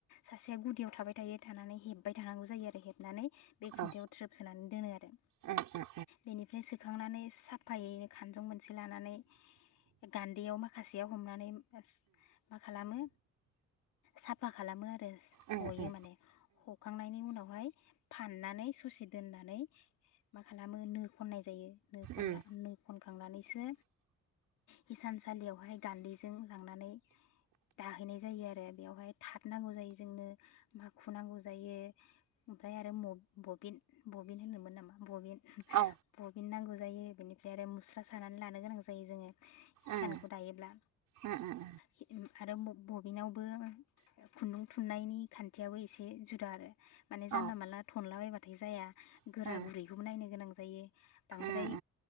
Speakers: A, on the left; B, on the right.
A: सासेया गुदियाव थाबाय थायो थानानै हेब बाय थानांगौ जायो आरो हेबनानै बे खुन्थायाव
B: औ
A: थ्रोब सोनानै दोनो आरो
B: उम उम
A: बेनिफ्राय सो खांनानै साफायैनो खानजं मोनसे लानानै गान्दैयाव मा खासेयाव हमनानै मा खालामो साफा खालामो आरो
B: उम
A: हयो
B: उम उम
A: माने ह उनावहाय फाननानै स'से दोननानै मा खालामो नो खननाय जायो नो खनना
B: उम
A: नो खनखांनानैसो हिसानसालियावहाय गान्दैजों लांनानै दाहैनाय जायो आरो बेयावहाय थात नांगौ जायो जोंनो माखु नांगौ। जायो ओमफाय आरो मब बबिन बबिन होनोमोन नामा बबिन
B: औ
A: बबिन नांगौ। जायो बेनिफ्राय आरो मुस्रा सानानै लानो गोनां जायो जोङो। हिसानखौ
B: उम
A: दायोब्ला
B: उम उम
A: हि आरो मब बबिनावबो खुन्दुं थुननायनि खान्थियाबो एसे जु दा आरो माने जानला
B: औ उम
A: मानला थनलाबायबा थाय जाया।
B: उम
A: गोरा गुरैखौबो
B: उम
A: नायनो गोनां जा यो बांद्राय
B: उम